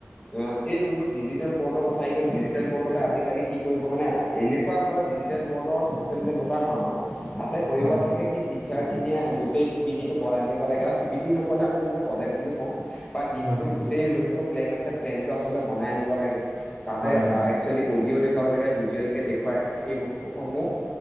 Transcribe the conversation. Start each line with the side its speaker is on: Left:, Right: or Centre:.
Left: এ এই যোনটো ডিজিট ডিজিটেল বৰ্ড কথা আহি গল ডিজিটেল বৰ্ডতে আজিকালি কি কৰিব মানে এনেকুৱা হয় ডিজিটেল বৰ্ডৰ চিষ্টেম তেনেকুৱা ধৰণৰ তাতে কৰিব
Right: হয়
Left: লাগে কি টিচাৰ খিনিয়ে গোটেই পি পি টো বনাই নিব লাগে বা পি পি টি নক'লে আমি যোনটোক প্ৰজেক্ট বুলি কওঁ বা দিনটোৰ
Right: হয়
Left: গোটেই যোনটো প্লেন আছে প্লেনটো আচলতে বনাই আনিব লাগে তাতে
Right: হয় হয়
Left: একচোৱেলী অডিঅ' দেখুৱাব লাগে ভিজুৱেলকে দেখুৱাই সেই বস্তুসমূহ